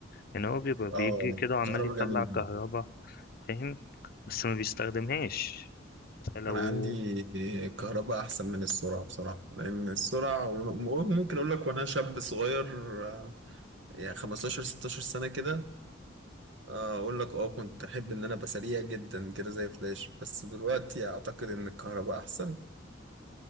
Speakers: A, on the left; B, on the right.
A: يعني هو بيبقى بيجري
B: آه
A: كده وعمال
B: كهرباء
A: يطلع
B: جميلة
A: كهرباء فاهم بس ما بيستخدمهاش فلو
B: أنا عندي كهرباء أحسن من السرعة بصراحة لأن السرعة ممكن أقول لك وأنا شاب صغير آه، يعني 15 16 سنة كده آه، اقول لك اه كنت احب ان انا ابقى سريع جدا كده زي فلاش بس دلوقتي اعتقد ان الكهرباء احسن